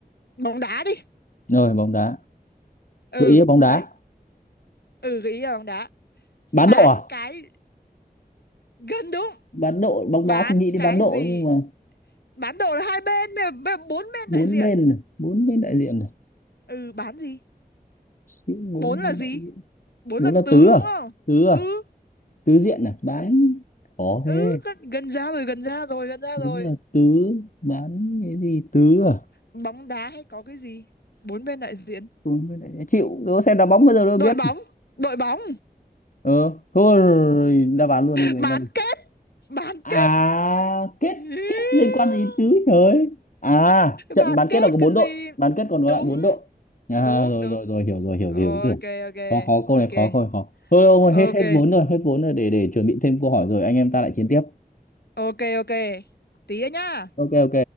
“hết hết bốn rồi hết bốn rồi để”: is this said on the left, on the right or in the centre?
Left